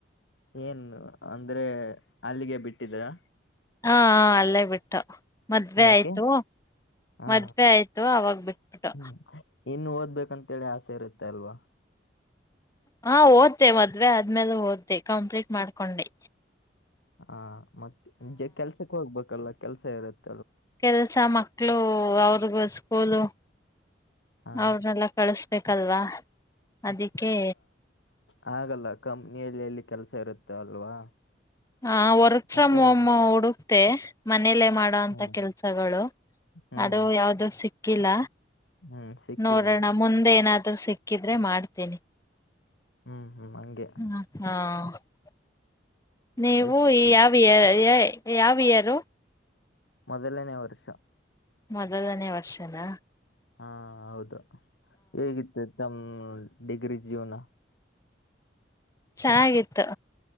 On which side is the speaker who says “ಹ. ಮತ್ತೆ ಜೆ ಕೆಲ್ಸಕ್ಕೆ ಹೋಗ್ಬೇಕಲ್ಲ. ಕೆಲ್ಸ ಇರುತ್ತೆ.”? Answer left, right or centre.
Left